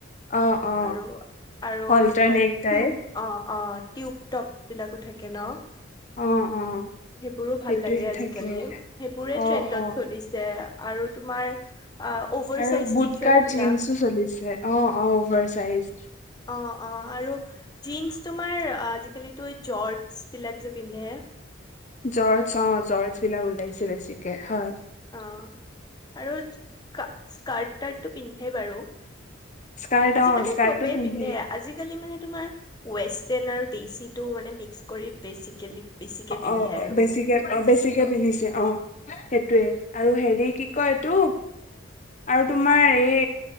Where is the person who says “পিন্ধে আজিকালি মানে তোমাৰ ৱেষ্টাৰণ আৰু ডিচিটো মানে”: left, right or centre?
Left